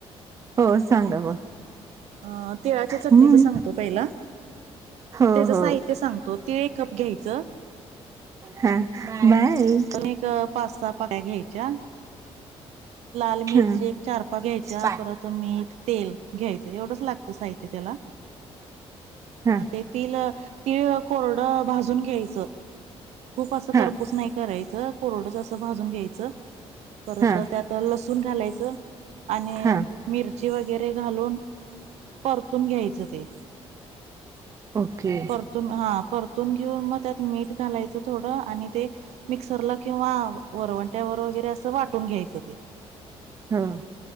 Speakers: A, on the right; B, on the right.
A: हो सांगा मग
B: अं तिळाच्या चटणीच
A: हम्म
B: सांगतो पहिला.
A: हो
B: त्याचं
A: हो
B: साहित्य सांगतो. तीळ एक कप घ्यायचं.
A: हा. बाय
B: तर एक पास्ता पाका्या घ्यायच्या. लाल मिरची
A: हा
B: एक चारपाक घ्यायच्या
A: बाय
B: परत मीठ. तेल घ्यायचं एवढंच लागत साहित्य त्याला
A: हा
B: मग ते तिल तिळ कोरड भाजून घ्यायचं. खूप असं
A: हा
B: करपूस नाही करायचं कोरडंच असं भाजून घ्यायचं. परत
A: हा
B: त्यात लसूण घालायचं आणि
A: हा
B: मिरची वगैरे घालून. परतून घ्यायचं ते
A: ओके
B: परतून हा परत. तून घेऊन मग त्यात मीठ घालायचं थोडं आणि ते मिक्सरला किंवा वरवंट्यावर वगैरे असं वाटून घ्यायचं ते
A: हो